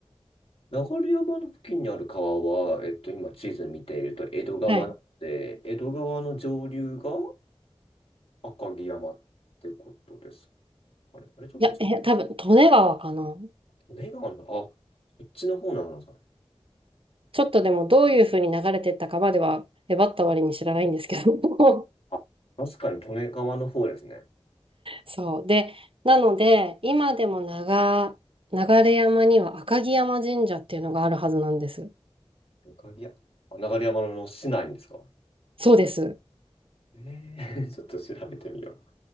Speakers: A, on the left; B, on the right.
A: 流山の付近にある川は、えっと、今地図見ていると江戸川なので、
B: はい。
A: 江戸川の上流が赤城山ってことですかね。あれ、ちょっと、
B: いや、え、多分、利根川かな。
A: 利根川の、あ、こっちの方なのかな。
B: ちょっとでもどういうふうに流れてったかまでは、えばった割に知らないんですけど <laughs>
A: あ、確かに利根川の方ですね。
B: そう。で、なので、今でも長、流山には赤城山神社っていうのがあるはずなんです。
A: 赤城山、あ流山の市内ですか。
B: そうです。
A: えー、<laughs> ちょっと調べてみよう。